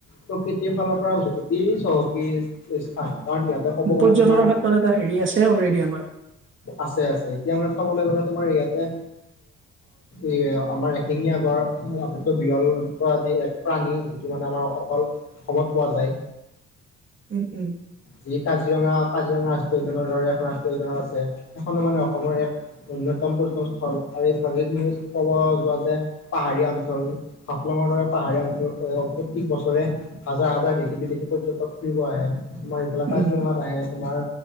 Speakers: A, on the left; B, on the right.
A: প্ৰকৃতিৰ ফালৰ পৰা অতি চহকী স্থান। কাৰণ ইয়াতে ক'ব
B: উম
A: গ'লে
B: পৰ্যটনৰ
A: তোমাৰ
B: ক্ষেত্ৰত এটা হেৰি আছে অলৰেডি আমাৰ
A: আছে আছে এতিয়া মানে চবলৈ গ'লে তোমাৰ ইয়াতে এ আমাৰ এশিঙীয়া গড়। আটাইতকৈ বিৰল প্ৰজাতি প্ৰাণী যিটো মানে আমাৰ অকল অসমত পোৱা যায়
B: উম, উম,
A: জি কাজিৰঙা হাজঙা ৰাষ্ট্ৰীয় উদ্যানৰ দৰে এখন ৰাষ্ট্ৰীয় উদ্যানৰ আছে সেইখনো মানে অসমৰ এক অন্যতম পৰ্যন সল আৰু এইফ যি ক'ব যোৱা যে পাহাৰীয়া অঞ্চল হাফলাঙৰ দৰে পাহাৰীয়া অঞ্চলুত প্ৰত্যেক বছৰে হাজাৰ হাজাৰ দেশী বিদেশী পৰ্য তিব আহে তোমাৰ এইফালে কাজিৰঙাত
B: উম,
A: আহে তোমাৰ